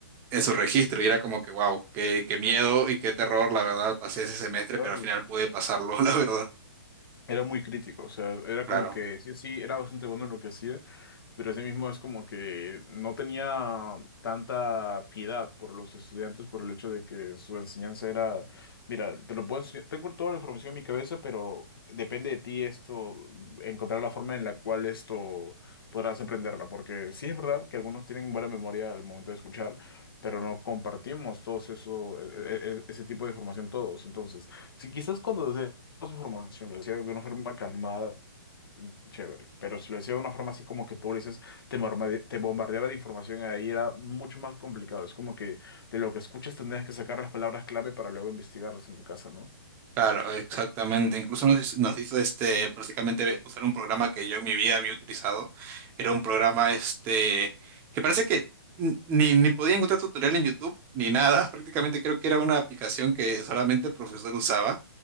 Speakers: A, on the right; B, on the left.
A: en su registro y era como que, wow, qué, qué miedo y qué terror, la verdad, pasé ese semestre,
B: Claro.
A: pero al final pude pasarlo, <laughs> la verdad.
B: Era muy crítico, o sea, era
A: Claro.
B: como que sí o sí, era bastante bueno en lo que hacía. Pero ese mismo es como que no tenía tanta piedad por los estudiantes por el hecho de que su enseñanza era, mira, te lo puedo enseñar, tengo toda la información en mi cabeza, pero depende de ti esto, encontrar la forma en la cual esto podrás aprenderla, porque sí es verdad que algunos tienen buena memoria al momento de escuchar, pero no compartimos todos eso, e- e- e- e, ese tipo de información todos. Entonces, si quizás cuando desde información lo decía de una forma calmada, Chévere, pero si lo decía de una forma así como que tú le dices, te, morma- te bombardeaba de información, ahí era mucho más complicado. Es como que de lo que escuchas tendrías que sacar las palabras clave para luego investigarlas en tu casa, ¿no?
A: Claro, exactamente. Incluso nos, nos hizo este, prácticamente usar un programa que yo en mi vida había utilizado. Era un programa este, que parece que n- ni, ni podía encontrar tutorial en YouTube ni nada. <laughs> Prácticamente creo que era una aplicación que solamente el profesor usaba.